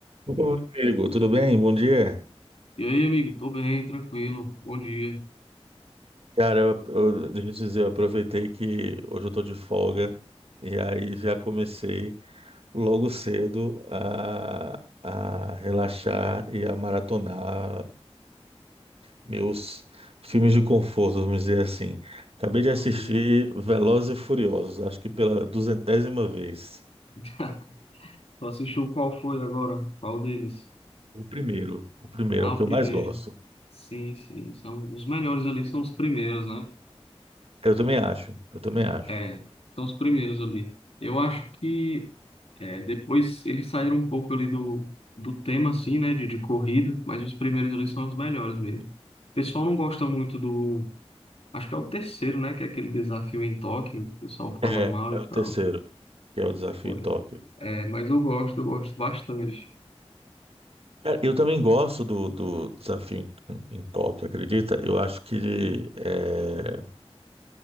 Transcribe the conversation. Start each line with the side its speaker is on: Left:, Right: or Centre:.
Right: Ô, Amigo, tudo bem? Bom dia.
Left: E aí, amigo? Tô bem, tranquilo. Bom dia.
Right: Cara, eu, eu- deixa eu te dizer, eu aproveitei que hoje eu tô de folga e aí já comecei logo cedo a, a relaxar e a maratonar meus filmes de conforto, vamos dizer assim. Acabei de assistir
Left: Uhum.
Right: Velozes e Furiosos, acho que pela duzentésima vez.
Left: <laughs> Tu assistiu qual foi agora? Qual deles?
Right: O primeiro, o primeiro
Left: Ah,
Right: é o que
Left: o
Right: eu
Left: primeiro.
Right: mais gosto.
Left: Sim, sim. São os melhores ali, são os primeiros, né?
Right: Eu também acho, eu também acho.
Left: É, são os primeiros ali. Eu acho que é, depois eles saíram um pouco ali do, do tema, assim, né? De, de corrida, mas os primeiros ali são os melhores mesmo. O pessoal não gosta muito do. Acho que é o terceiro, né? Que é aquele desafio em Tóquio. O pessoal fala
Right: É,
Left: mal
Right: é
Left: e
Right: o
Left: tal.
Right: terceiro, que é o Desafio
Left: Porém.
Right: em Tóquio.
Left: É, mas eu gosto, eu gosto bastante.
Right: Cara, eu também gosto do, do desafio em, em Tóquio, acredita? Eu acho que é,